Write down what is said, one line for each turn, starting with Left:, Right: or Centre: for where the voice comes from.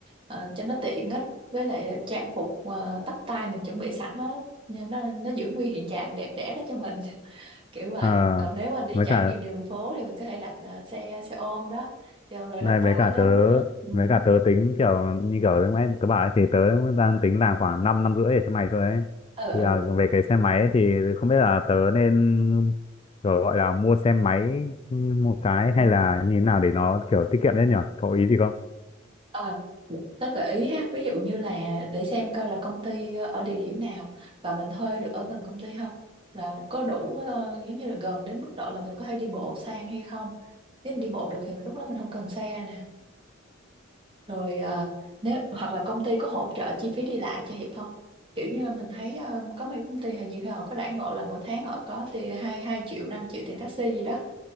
Right: ờ, cho nó tiện á với lại trang phục ờ, tóc tai mình chuẩn bị sẵn á nên nó nó giữ nguyên hiện trạng đẹp đẽ đó cho mình <laughs> kiểu vậy
Left: ờ,
Right: còn nếu mà đi
Left: với
Right: trải
Left: cả
Right: nghiệm đường phố thì mình có thể đặt ờ, xe xe ôm đó xe ôm loại
Left: Này
Right: Grab
Left: với
Right: bike
Left: cả
Right: đó
Left: tớ
Right: nữa ừ
Left: với cả tớ tính kiểu như kiểu lúc nãy tớ bảo ấy, thì tớ đang tính làm khoảng 5 năm năm rưỡi để cho mày thôi ấy.
Right: ừ
Left: Thì là về cái xe máy ấy, thì không biết là tớ nên kiểu gọi là mua xe máy một cái
Right: ừ,
Left: hay là như thế nào để nó kiểu tiết kiệm đấy nhở Có ý gì không?
Right: ừ. Tớ gợi ý ha, ví dụ như là để xem coi là công ty ờ, ở địa điểm nào và mình thuê được ở gần công ty không, là có đủ ờ, giống như là gần đến mức độ là mình có thể đi bộ sang hay không. Nếu mình đi bộ được thì mình lúc đó mình không cần xe nè. Rồi ờ, nếu hoặc là công ty có hỗ trợ chi phí đi lại cho Hiệp không? Kiểu như mình thấy ờ, có mấy công ty hình như họ có đãi ngộ là mỗi tháng họ có tiền hai hai triệu, 5 triệu tiền taxi gì đó